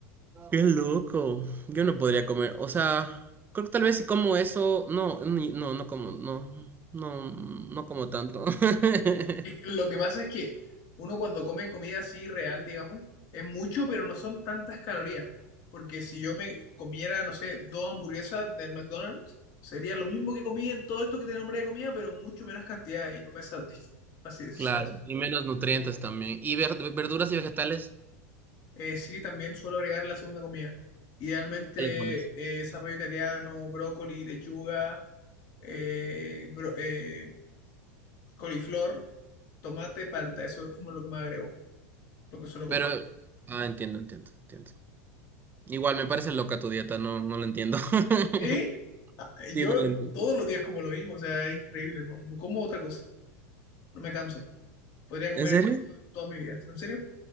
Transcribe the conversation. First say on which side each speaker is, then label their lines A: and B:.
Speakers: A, on the right (about 25°); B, on the left (about 50°).
A: Qué loco. Yo no podría comer. O sea, creo que tal vez si como eso. No, ni- no, no como, no. No, no como tanto. <laughs>
B: Es que lo que pasa es que uno cuando come comida así real, digamos, es mucho, pero no son tantas calorías, porque si yo me comiera, no sé, dos hamburguesas del McDonald's, sería lo mismo que comí en todo esto que te nombré de comida, pero en mucho menos cantidad y no me satisface, ¿sabes?
A: Claro, y menos nutrientes también. Y ver- verduras y vegetales,
B: Eh, sí, también suelo agregar en la segunda comida. Idealmente,
A: ¿qué le pones?
B: eh, zapallo italiano, brócoli, lechuga, eh, bro- eh, Coliflor, tomate, palta, eso es como lo que más agrego, lo que suelo
A: Pero,
B: comer.
A: ah, entiendo, entiendo, entiendo. Igual me parece loca tu dieta, no, no la entiendo. <laughs>
B: y Ah, eh,
A: Sí,
B: Yo
A: no la entiendo.
B: todos los días como lo mismo, o sea, es increíble, no, no como otra cosa, no me canso. Podría comer
A: ¿En serio?
B: esto toda, toda mi vida, ¿en serio?